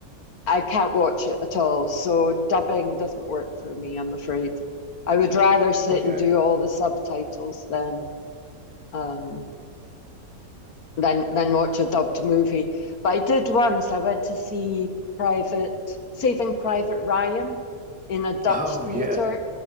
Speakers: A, on the left; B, in the centre.
A: I can't watch it at all. So dubbing doesn't work for me, I'm afraid. I would rather sit
B: Okay.
A: and do all the subtitles than um, than than watch a dubbed movie. But I did once. I went to see Private Saving Private Ryan in a Dutch
B: Oh yeah.
A: theater,